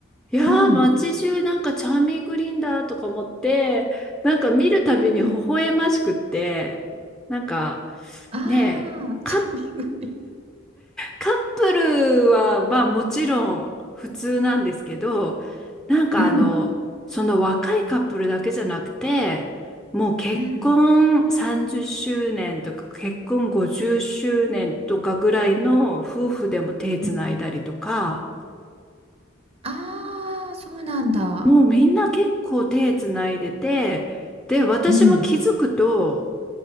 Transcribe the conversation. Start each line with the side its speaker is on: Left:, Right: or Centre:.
Centre: いやー、
Right: うん。
Centre: 街中なんかチャーミングリンダーとか思って、なんか見るたびに微笑ましくって、
Right: うん。
Centre: なんか
Right: ああ、
Centre: ねえ、
Right: <laughs>
Centre: カッ
Right: チャーミング。
Centre: カップルは、まあもちろん普通なんですけど、なんかあの、
Right: うん、
Centre: その若いカップルだけじゃなくて、もう結婚30周年とか結婚50周年とかぐらいの夫婦でも手つないだりとか、
Right: うん、うん、ああ、そうなんだ。
Centre: もうみんな結構手つないでて、で、私も気づくと、
Right: うん、